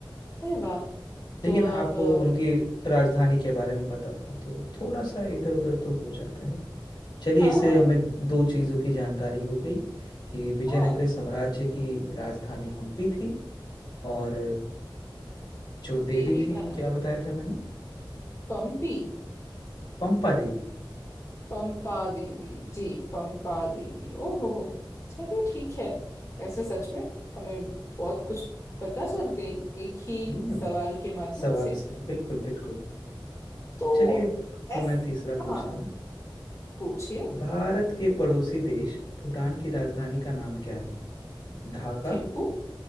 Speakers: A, on the left; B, on the left.
A: अरे वाह
B: लेकिन
A: तो आप
B: आपको
A: अ,
B: उनकी राजधानी के बारे में पता था तो थोड़ा सा इधर उधर तो हो जाता है चलिए
A: हाँ
B: इससे
A: हाँ
B: हमें दो चीज़ों की जानकारी हो गई कि विजयनगर
A: हाँ
B: साम्राज्य की राजधानी हम्पी थी और जो देवी
A: देवी
B: थी
A: का नाम
B: क्या बताया था मैंने
A: पंपी
B: पंपा देवी
A: पंपा देवी जी पंपा देवी ओ हो हो चलिए ठीक है ऐसे सच में हमें बहुत कुछ पता चल गई एक ही
B: हम्म
A: सवाल के माध्यम
B: सवाल
A: से
B: से बिल्कुल बिल्कुल
A: तो
B: चलिए तो
A: एस
B: मैं तीसरा पूछता
A: हाँ
B: हूँ
A: पूछिए
B: भारत के पड़ोसी देश भूटान की राजधानी का नाम क्या है ढाका
A: थिम्पू